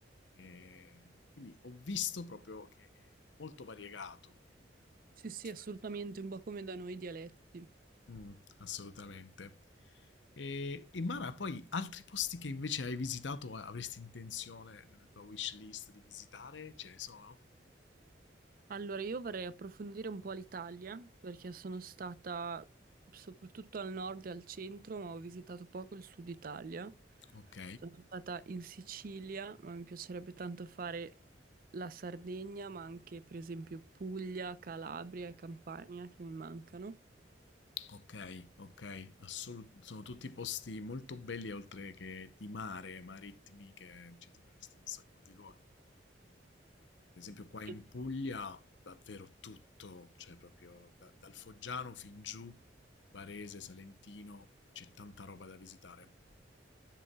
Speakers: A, on the left; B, on the right.
A: E quindi ho visto proprio che è molto variegato il mondo
B: Sì,
A: di
B: sì,
A: questa
B: assolutamente,
A: lingua.
B: un po' come da noi i dialetti.
A: Mm, assolutamente. E, e Mara, poi altri posti che invece hai visitato, o avresti intenzione nella tua wish list di visitare? Ce ne sono?
B: Allora, io vorrei approfondire un po' l'Italia perché sono stata soprattutto al nord e al centro, ma ho visitato poco il sud Italia.
A: Ok.
B: Sono stata in Sicilia, ma mi piacerebbe tanto fare la Sardegna, ma anche per esempio Puglia, Calabria e Campania che mi mancano.
A: Ok, ok, assolut- sono tutti posti molto belli oltre che di mare, marittimi, che ci troveresti in un sacco di luoghi. Per esempio qua in
B: E
A: Puglia davvero tutto, cioè proprio da- dal Foggiano fin giù, Barese, Salentino, c'è tanta roba da visitare.